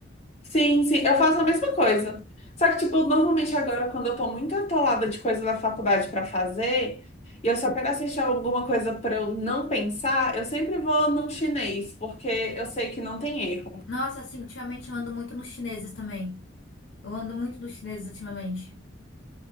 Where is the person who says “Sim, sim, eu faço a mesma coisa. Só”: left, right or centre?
Left